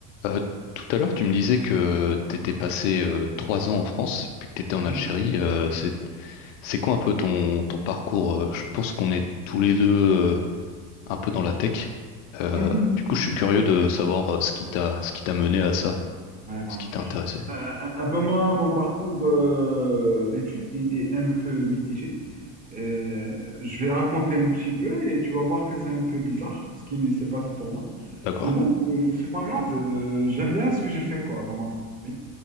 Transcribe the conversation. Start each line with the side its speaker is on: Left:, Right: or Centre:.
Left: Euh, tout à l'heure, tu me disais que tu étais
Right: Mhm.
Left: passé euh, trois ans en France, puis que tu étais en
Right: Mhm.
Left: Algérie. Euh, c'est, c'est quoi un peu ton, ton parcours? Euh, Je pense qu'on est tous les deux euh, un peu dans la tech. Euh,
Right: Mhm.
Left: du coup,
Right: Mhm.
Left: je suis curieux de savoir euh, ce qui t'a, ce qui t'a mené à ça,
Right: Ouais, voilà.
Left: ce qui t'a intéressé.
Right: Euh, euh, ben moi, mon parcours euh, d'études, il est un peu mitigé. Euh, je vais raconter un petit peu et tu vas voir que c'est un peu bizarre ce qui s'est passé pour moi.
Left: D'accord.
Right: Mais bon, euh, c'est pas grave. euh, j'aime bien ce que j'ai fait quoi dans ma vie.